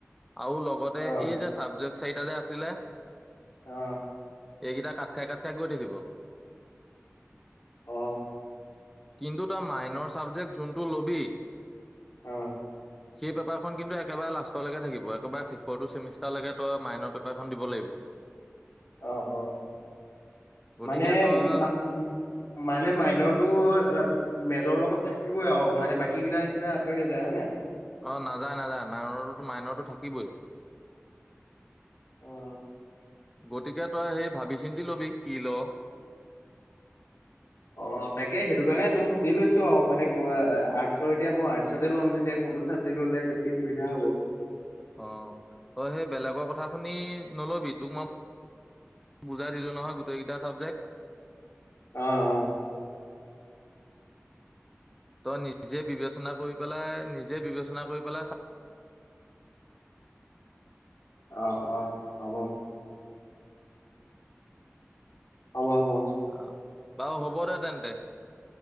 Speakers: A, in the centre; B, on the left (about 80°).
A: আৰু লগতে
B: অ
A: এই যে চাবজেক্ট, চাৰিটা যে আছিলে।
B: অহ্
A: এইকেইটা কাট খাই, কাট খাই, গৈ থাকিব।
B: অ
A: কিন্তু তই মাইনৰ চাবজেক্ট যোনটো ল'বি,
B: আঃ
A: সেই পেপাৰখন কিন্তু একেবাৰে লাষ্টলৈকে থাকিব, একেবাৰে শেষৰটো চেমিষ্টাৰলৈকে তই মাইনৰ পেপাৰখন দিব লাগিব।
B: অ', - অ ',
A: গতিকে
B: মানে-
A: তই
B: মানে মাইনৰটো মেজৰৰ লগত, থাকিবই আৰু মানে বাকী কেইটাৰ নিচিনা আতৰি নাযায় হয়ে নাই?
A: অ', নাযায়- নাযায় মাইনৰ - মাইনৰটো থাকিবই।
B: অ, '
A: গতিকে তই, সেই ভাবি চিন্তি লবি কি ল',?
B: অ', তাকে সেইটো কাৰণে তোক সুধি লৈছো আৰু মানে আৰ্টচৰ এতিয়া মই, আৰ্টচতে লম যেতিয়া কোনটো চাবজেক্ট ল'লে বেছি সুবিধা হব।
A: অহ ', তই সেই বেলেগৰ কথা শুনি নলবি, তোক মই বুজাই দিলো নহয় গোটেইকেইটা চাবজেক্ট।
B: আহ ',- অ ',
A: তই নিজে বিবেচনা কৰি পেলাই, নিজে বিবেচনা কৰি পেলাই চ,
B: অ', অ', হব। হব-হব।
A: আম, বাউ হ'ব দে তেন্তে।